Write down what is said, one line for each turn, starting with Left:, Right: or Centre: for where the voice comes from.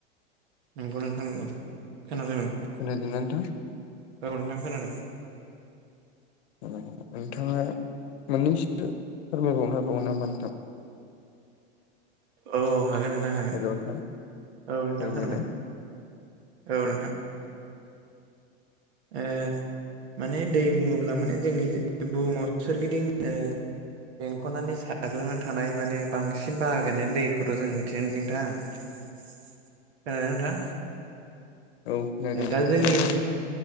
Right: नंगौ नोंथां नंगौ खोनादों नोंथां
Left: खोनादोंना नोंथां
Right: औ नोंथां खोनादों
Left: नोंथाङा मोननैसो फोरमायबावनो हाबावगोन नामा नोंथां
Right: औ हागोन नोंथां हागोन
Left: हेल' नोंथां
Right: औ नोंथां
Left: फोरमायलाय
Right: खोनादों औ नोंथां ओ माने दै बुङोब्ला माने जोंनि बुहुमाव सोरगिदिं ओ बेंखननानै साग्लोबनानै थानाय माने बांसिन बाहागोआनो दैखौथ' जों मिथियो नोंथां
Left: <inaudible>
Right: <unintelligible> नोंथां
Left: औ खोनादों नोंथां
Right: दा जोंनि
Left: खोनादों